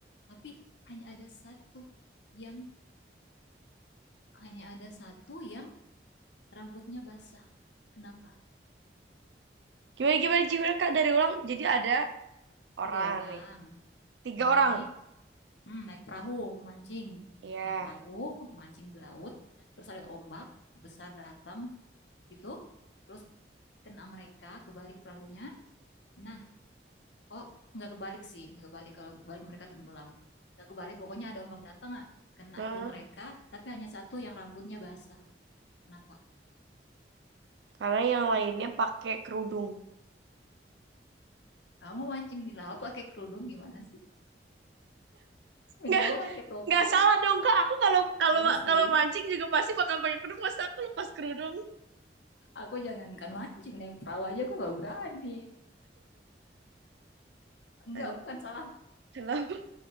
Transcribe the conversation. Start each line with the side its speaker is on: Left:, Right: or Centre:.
Left: tapi hanya ada satu yang hanya ada satu yang rambutnya basah. Kenapa?
Right: Gimana, gimana, gimana Kak dari ulang? Jadi ada orang
Left: Tiga orang
Right: nih. Tiga
Left: naik
Right: orang.
Left: Hmm, naik perahu, memancing.
Right: Ya.
Left: Naik perahu, mancing di laut. Terus ada ombak besar datang gitu. Terus kena mereka, kebalik perahunya. Nah, oh nggak kebalik sih, nggak kebalik. Kalau kebalik mereka tenggelam. Nggak kebalik, pokoknya ada ombak datang, ah, kena
Right: Heeh.
Left: tuh mereka. Tapi hanya satu yang rambutnya basah. Kenapa?
Right: Karena yang lainnya pakai kerudung.
Left: Kamu mancing di laut pakai kerudung gimana sih? Minimal
Right: Nggak,
Left: pakai topi.
Right: nggak salah dong kak. Aku kalau kalau
Left: Iya sih.
Right: kalau mancing juga pasti bakal pakai kerudung. Masa aku lepas kerudung?
Left: Aku jangankan mancing naik perahu aja aku nggak berani. Enggak,
Right: An-
Left: bukan salah
Right: Kenapa